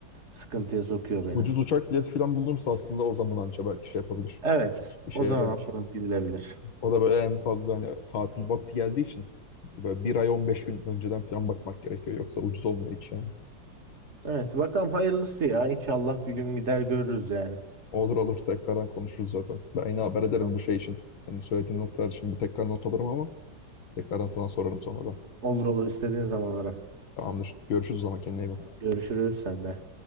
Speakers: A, on the right; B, on the left.
A: sıkıntıya sokuyor beni.
B: Ucuz uçak bileti falan bulunursa aslında o zaman anca belki şey yapabilir.
A: Evet.
B: İşe
A: O zaman
B: yarayabilir.
A: atlanıp gidilebilir.
B: O da böyle en fazla hani tatil vakti geldiği için böyle bir ay 15 gün önceden falan bakmak gerekiyor. Yoksa ucuz olmuyor hiç yani.
A: Evet. Bakalım hayırlısı ya. İnşallah bir gün gider görürüz yani.
B: Olur olur tekrardan konuşuruz zaten. Ben yine haber ederim
A: Tamam.
B: bu şey için. Senin söylediğin noktalar için bir tekrar not alırım ama tekrardan sana sorarım sonradan.
A: Olur olur istediğin zamanlara.
B: Tamamdır. Görüşürüz o zaman kendine iyi bak.
A: Görüşürüz sende.